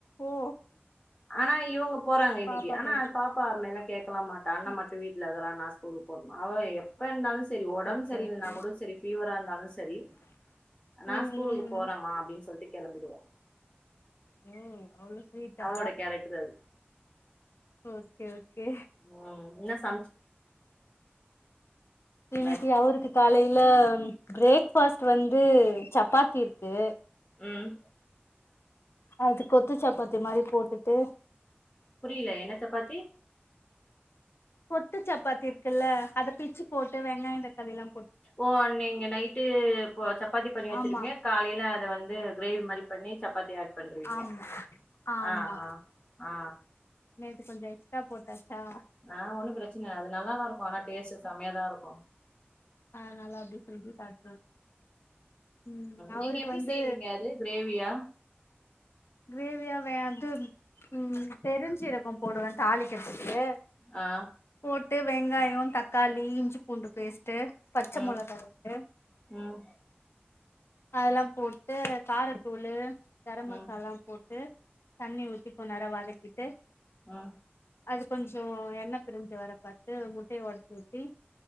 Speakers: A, on the left; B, on the left.
A: ஓ
B: ஆனா இவங்க போறாங்க இன்னக்கி
A: பாப்பா
B: ஆனா
A: போயிருக்கு
B: பாப் பா அது மேர்லா கேக்கலா மாட்டா அண்ணே
A: ம்
B: மட்டு வீட்லருக்குறா நா ஸ்கூல்க்கு போணுமா அவே எ ப்பருந்தாலு செரி ஒடம்பு
A: ஓகே
B: சரி
A: ஓகே
B: இல்லனா கூட செரி ஃபீவராருந்தாலு செரி நா
A: ம்
B: ஸ்கூலுக்கு போறேமா
A: ம்
B: அப்டின் சொல்லிட்டு கெளம்பிடுவா
A: ம் அவ்ளோ ஸ்வீட்டா
B: அவளோட கேரக்டர் அது
A: ஓகே ஓகே
B: ம் என்ன ச
A: இன்னிக்கி
B: பாய்
A: அவுருக்கு காலைல பிரேக்ஃபாஸ்ட் வந் து சப்பாத்தி இருக்கு
B: ம்
A: அது கொத்து சப்பாத்தி மாரி போட்டுட்டு
B: புரில என்ன சப்பாத்தி
A: கொத்து சப்பாத்தி இருக்குல்ல அத பிச்சு போட்டு வெங்காயோ தக்காளில்லா
B: ஓ அன் நீங்க நைட்டு பு சப்பாத்தி பண்ணி வச்சிருவீங்க
A: ஆமா
B: காலைல அத வந்து கிரேவி மாரி பண்ணி சப்பாத்தி ஆட் பண்ருவீங்க
A: ஆமா ஆமா
B: ஆ ஆ ஆ
A: நேத்து கொஞ்சோ எக்ஸ்ட்ரா போட்டாச்சா
B: ஆ ஒண்ணு பிரச்சன இல்ல அது நல்லாதாருக்கு ஆனா டேஸ்ட்டு செம்மயாதாருக்கு
A: அதனாலா அப்டி செஞ்சு சாப்ட்ருவோ ம் அவருக்கு
B: நீங்க எப்டி
A: வந்து
B: செய்வீங்க அது கிரேவியா
A: கிரேவியா வே து ம் பெருஞ்சீரகம் போடுவே தாளிக்கிறதுக்கு
B: ஆ
A: போட்டு வெங்காயோ தக்காளி இஞ்சி பூண்டு பேஸ்ட்டு பச்ச
B: ம்
A: மொளகா போட்டு
B: ம்
A: அதல்லா போட்டு காரத்தூளு கரம் மசாலா
B: ம்
A: போட்டு தண்ணி ஊத்தி கொன்நேரோ வதக்கிட்டு
B: ஆ
A: அது கொஞ்சோ எண்ண பிரிஞ்சு வர பாத்து முட்டய ஒடச்சு ஊத்தி